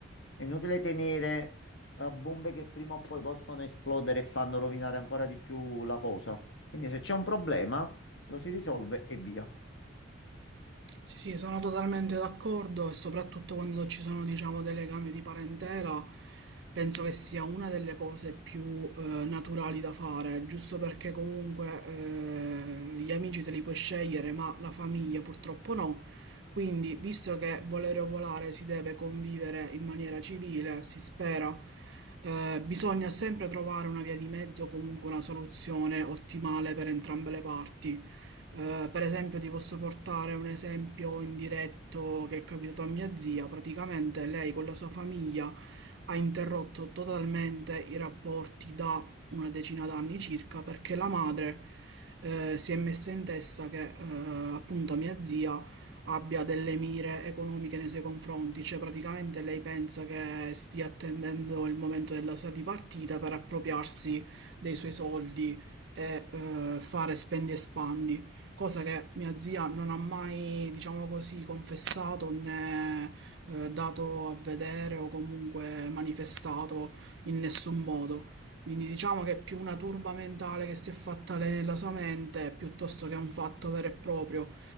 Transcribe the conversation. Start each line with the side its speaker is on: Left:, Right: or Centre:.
Left: è inutile tenere eh, bombe che prima o poi possono esplodere e fanno rovinare ancora di più la cosa. Quindi se c'è un problema lo si risolve e via.
Right: Sì, sì, sono totalmente d'accordo e soprattutto quando ci sono, diciamo, dei legami di parentela, penso che sia una delle cose più eh, naturali da fare, giusto perché comunque eh, gli amici te li puoi scegliere, ma la famiglia purtroppo no. Quindi, visto che volere o volare si deve convivere in maniera civile, si spera, eh, bisogna sempre trovare una via di mezzo, comunque una soluzione ottimale per entrambe le parti. Eh, per esempio, ti posso portare un esempio indiretto che è capitato a mia zia. Praticamente lei con la sua famiglia ha interrotto totalmente i rapporti da una decina d'anni circa perché la madre eh, si è messa in testa che eh, appunto mia zia abbia delle mire economiche nei suoi confronti, cioè praticamente lei pensa che stia attendendo il momento della sua dipartita per appropriarsi dei suoi soldi e eh, fare spendi e spandi, cosa che mia zia non ha mai, diciamo così, confessato né eh, dato a vedere o comunque manifestato in nessun modo. Quindi diciamo che è più una turba mentale che si è fatta lei nella sua mente piuttosto che un fatto vero e proprio.